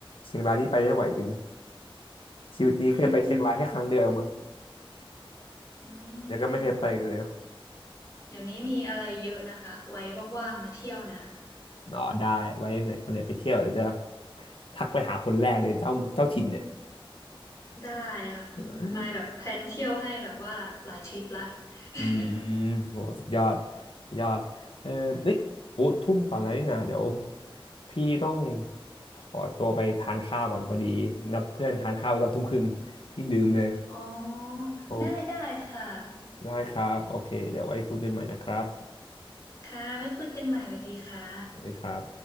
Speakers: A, on the left; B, on the left.
A: เชียงรายนี่ไปไม่ไหวจริงชีวิตนี้เคยไปเชียงรายแค่ครั้งเดียวเองมั้ง
B: อืมอืมมัน
A: แล้วก็ไม่เคยไปอีกเลย
B: เดี๋ยวนี้มีอะไรเยอะนะคะไว้ว่างๆมาเที่ยวนะ
A: อ๋อได้ไว้เนี่ยวันไหนไปเที่ยวเดี๋ยวจะทักไปหาคนแรกเลยเจ้าเจ้าถิ่นเนี่ย
B: ได้ค่ะ
A: <laughs>
B: มายแบบแพลนเที่ยวให้แบบว่าหลายทริปละ <laughs>
A: อืมโหสุดยอดสุดยอดเออเฮ้ยโอ้ทุ่มกว่าแล้วนี่นะเดี๋ยวพี่ต้องขอตัวไปทานข้าวก่อนพอดีนัดเพื่อนทานข้าวตอนทุ่มครึ่งพี่ลืมเลย
B: อ๋อได้ได้ค่ะ
A: โอ้ได้ครับโอเคเดี๋ยวไว้คุยกันใหม่นะครับ
B: ค่ะไว้คุยกันใหม่สวัสดีค่ะ
A: สวัสดีครับ